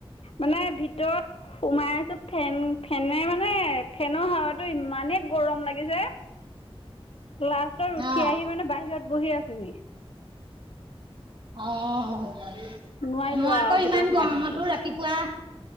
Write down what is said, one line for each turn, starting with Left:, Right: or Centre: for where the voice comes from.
Left: মানে ভিতৰত সোমাই আছোঁ। ফেন ফেনে মানে ফেনৰ হাৱাটো ইমানে গৰম লাগিছে। লাষ্টত উঠি
Right: অ
Left: আহি মানে বাহিৰত বহি আছোঁহি!
Right: অ',
Left: নোৱাৰিলো
Right: মই
Left: আৰু
Right: আক
Left: ভিতৰত
Right: ইমান
Left: সোমাই
Right: গৰমতো
Left: থাকিব।
Right: ৰা তিপুৱা,